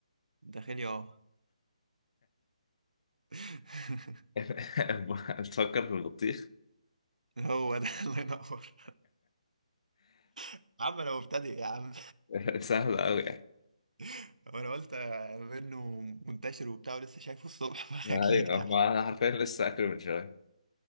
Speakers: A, on the right; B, on the left.
A: الداخلي اه <laughs>
B: <laughs> بتفكر في البطيخ
A: هو ده الله ينور يا عم انا مبتدئ يا عم
B: <laughs> سهل أوي يعني
A: <laughs> وانا قلت منه منتشر وبتاع ولسه شايفه الصبح
B: ايوه
A: <laughs> فاكيد يعني
B: ما انا حرفيا لسه اكله من شويه